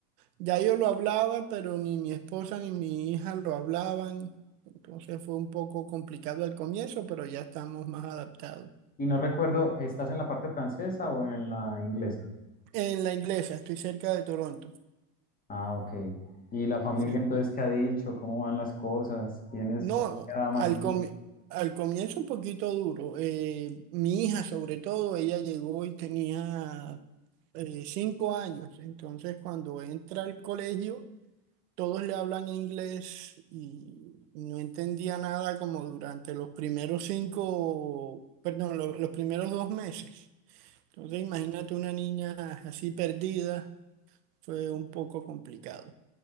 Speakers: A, on the right; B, on the left.
A: Ya yo lo hablaba, pero ni mi esposa ni mi hija lo hablaban. Entonces fue un poco complicado al comienzo, pero ya estamos más adaptados.
B: Y no recuerdo, ¿estás en la parte francesa o en la inglesa?
A: En la inglesa, estoy cerca de Toronto.
B: Ah, ok. ¿Y la familia
A: sí.
B: entonces qué ha dicho? ¿Cómo van las cosas? ¿Quiénes
A: No,
B: ha dado
A: al
B: más duro?
A: comi- al comienzo un poquito duro. Eh, mi hija sobre todo, ella llegó y tenía eh, cinco años. Entonces cuando entra al colegio, todos le hablan inglés y no entendía nada como durante los primeros cinco, perdón, lo- los primeros dos meses. Entonces imagínate una niña así perdida, fue un poco complicado.